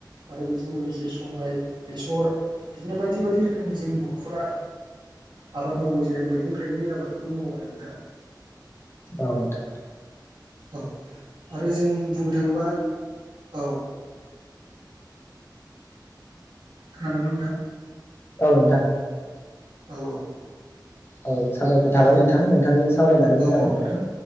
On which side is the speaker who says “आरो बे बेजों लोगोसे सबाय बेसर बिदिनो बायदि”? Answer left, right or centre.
Right